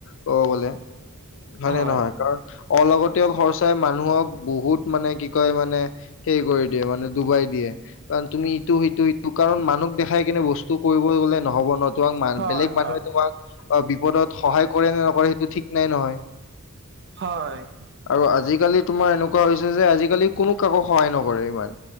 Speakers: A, on the left; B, on the right.
A: ক'ব গলে, হয়নে
B: হয়
A: নহয়। কাৰণ অলগতিয় খৰচাই মানুহক বহুত মানে কি কয় মানে। সে কৰি দিয়ে মানে ডুবাই দিয়ে। তুমি ইটো সিটো ইটো কাৰণ মানুহক দেখাই কেনে বস্তু কৰিব গলে নহব ন। তোমাক
B: হয়
A: বেলেগ মানুহে
B: হয়
A: তোমাক অ' বিপদত সহায় কৰে নে নকৰে সেইটো। ঠিক নাই নহয়।
B: হয়
A: আৰু আজিকালি তোমাৰ এনেকুৱা হৈছে যে, আজিকালি কোনো কাকো সহায় নকৰে ইমান।